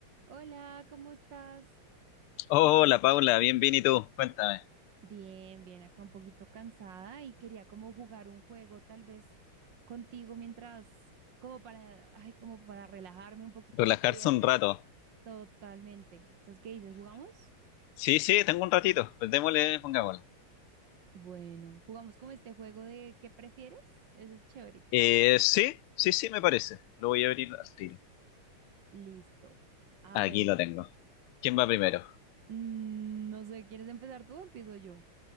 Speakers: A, on the right; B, on the left.
A: Hola, ¿cómo estás?
B: Hola Paula, bien, bien, ¿y tú? Cuéntame.
A: Bien, bien, acá un poquito cansada y quería como jugar un juego tal vez contigo mientras, como para, ay, como para relajarme un poquito
B: Relajarse
A: este día
B: un rato.
A: totalmente. Entonces, ¿qué dices? ¿Jugamos?
B: Sí, sí, tengo un ratito. Pues démosle, pongámosle.
A: Bueno, jugamos como este juego de ¿qué prefieres? Ese es chévere.
B: Eh, sí, sí, sí, me parece. Lo voy a abrir al tiro.
A: Listo. A
B: Aquí
A: ver,
B: lo tengo. ¿Quién va primero?
A: mm, no sé, ¿quieres empezar tú o empiezo yo?